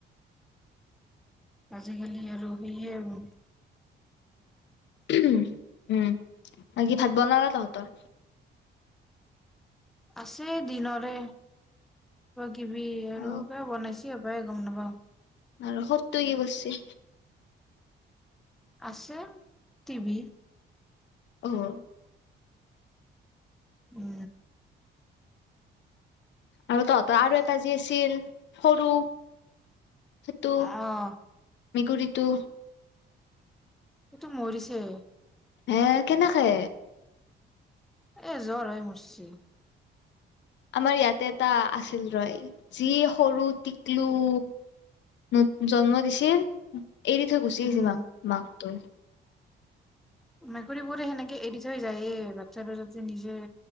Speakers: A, in the centre; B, on the left.
A: আজিকালি আৰু সেয়ে আৰু
B: উম উম বাকি ভাত বনালা তহঁতৰ
A: আছে দিনৰে কিবি আৰু
B: অ
A: কিবা বনাইছেো কি হব গম নাপাওঁ
B: আৰু সত কি গৈছে
A: আছে টিভি
B: আঁহ
A: উম
B: আৰু তহঁতৰ আৰু
A: এ
B: এটা যি আছিল সৰু সেইটো
A: আহ
B: মেকুৰীটো
A: সটো মৰিছে
B: এ কেনেকে
A: এ জ্বৰ হয় মঠছি
B: আমাৰ ইয়াতে এটা আছিল ৰয় যি সৰু টিকলু জন্ম দিছিল। এইদিত গুচি
A: উম,
B: মাক মাকটো
A: মেকুৰীবোৰে সেনেকে এৰি থৈ যায়েই বাচ্ছাটো যাতে নিজে